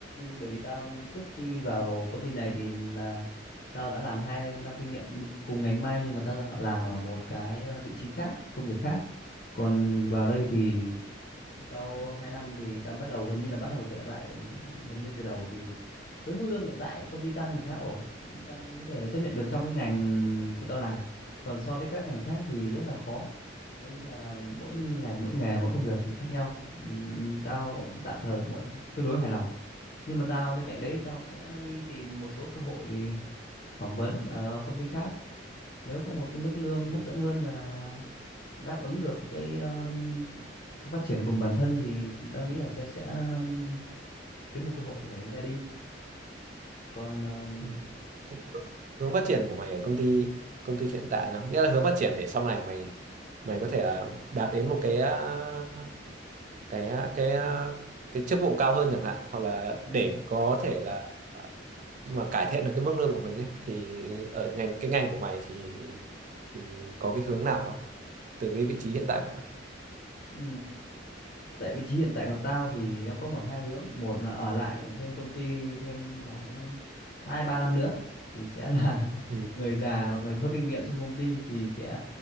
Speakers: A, on the left; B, on the right.
A: bởi vì tao trước khi vào công ty này thì là tao đã làm hai năm kinh nghiệm cùng ngành may nhưng mà tao làm ở một cái ờ, vị trí khác công việc khác còn vào đây thì sau 2 năm thì ta bắt đầu gần như là bắt đầu từ lại gần như từ đầu thì với mức lương hiện tại công ty tăng thì khá ổn tao có thể chấp nhận được trong cái ngành của tao làm còn so với các ngành khác thì rất là khó tao nghĩ là mỗi ngành mỗi nghề mỗi công việc thì khác nhau Ừm, tao tạm thời cũng tương đối hài lòng nhưng mà tao bên cạnh đấy tao sẽ đi tìm một số cơ hội phỏng vấn ở công ty khác nếu có một cái mức lương
B: ừ.
A: hấp dẫn hơn và đáp ứng được cái um, sự phát triển của bản thân thì ta nghĩ là sẽ sẽ um, kiếm một cơ hội để ra đi còn um,
B: Ừ. Thế cái hướng hướng phát triển của mày ở công ty công ty hiện tại nó nghĩa là hướng phát triển để sau này mày mày có thể là đạt đến một cái ờ, cái à, cái ờ, cái chức vụ cao hơn chẳng hạn hoặc là
A: ừ,
B: để có thể là mà cải thiện được cái mức lương của mình ấy thì ở ngành cái ngành của mày thì thì có cái hướng nào không từ cái vị trí hiện tại của mày
A: ừ, tại vị trí hiện tại của tao thì nó có một hai hướng một là ở lại thêm công ty thêm khoảng hai ba năm nữa thì sẽ là <laughs>
B: ừ.
A: người già và người có kinh nghiệm trong công ty thì sẽ